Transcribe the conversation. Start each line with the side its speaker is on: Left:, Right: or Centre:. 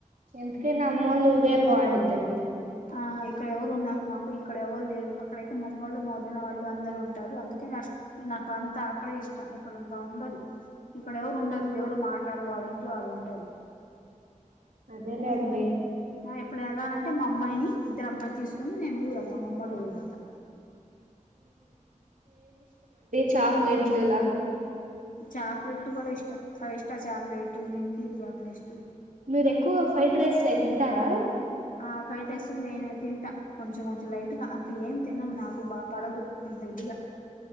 Right: ఎందుకైనా అమ్మోళ్లుఊదే బాగుంద్దండి
Left: ఆ ఇక్కడ ఎవరు ఉన్నారు మాకు ఇక్కడ ఎవరు లేరు అక్కడైతే మమ్మళ్ మౌదన వాళ్ళు అందరు ఉంట అనిటారు అందుకని అ నాకు అంతా అక్కడ ఇష్టం. ఇక్కడంత ఉండదు ఇక్కడ ఎవరు ఉండరు ఎవరు మాట్లారు. వాళ్ళ ఇంట్లో వాళ్ళు ఉంటారు.
Right: అదేలే
Left: అందుకని
Right: అండి
Left: ఎప్పుడు వెళ్ళాలంటే మా అమ్మాయిని ఇద్దరు అమ్మాయి తీసుకొని నేను ఊరు వెళ్తా మామోల ఊరు వెళ్తా
Right: చాక్లేెట్లులా
Left: చాక్లేెట్ కూడా ఇష్ట ఫైవ్ స్టార్ చాక్లలేట్ మింకీ చాక్లేెట్
Right: మీరు ఎక్కువ ఫ్రైడ్ రైస్లు అయి తింటారా
Left: ఆ ఫ్రైడ్ రైస్ నేను తింటా కొంచెం కొంచెం లైట్గా అంత ఏం తినను నాకు బాగా పడదు అంత ఇదిగా